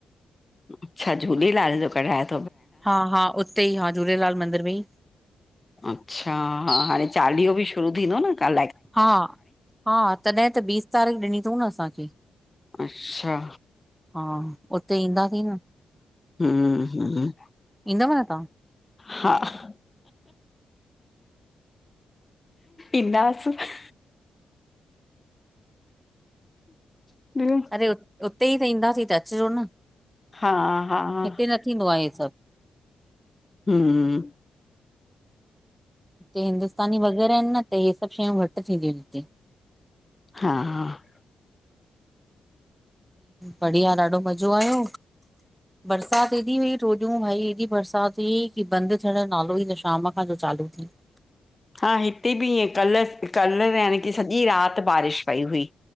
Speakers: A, on the left; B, in the centre.
A: अच्छा, झूलेलाल जो कढ़ायो?
B: हा हा, उते ई हा झूलेलाल मंदिर में ही।
A: अच्छा, हा हाणे चालीहो भी शुरू थींदो न क
B: हा, हा तॾहिं त बीस तारीख़ ॾिनी तऊं न असांखे।
A: अच्छा,
B: हा, उते ईंदासीं न।
A: हुं- हुं,
B: ईंदव न तव्हां
A: हा। इंदासीं <unintelligible> ॿियो
B: अरे उते ई त ईंदा, त अचजो न?
A: हा, हा- हा।
B: हिते न थींदो आहे, हे सभु।
A: हुं।
B: हिते हिंदुस्तानी वग़ैरह आहिनि न, त इहे सभु शयूं घटि थींदियूं आहिनि हिते।
A: हा, हा।
B: बढ़िया, ॾाढो मज़ो आयो। बरसात एॾी हुई, टियो ॾींहुं भाई हेॾी बरसात हुई कि बंद थियण नालो ई न शाम। चालू थी <unintelligible>
A: हा हिते बि ईअं, कल कल्ह यानी की सॼी राति बारिश पई हुई।